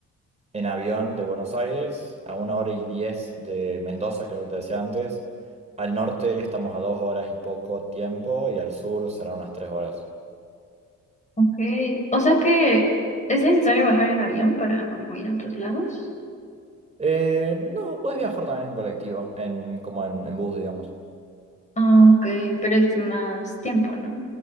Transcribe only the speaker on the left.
ok. O sea que es necesario bajar en avión para como ir a otros lados.
Ah, ok, pero es más tiempo, ¿no?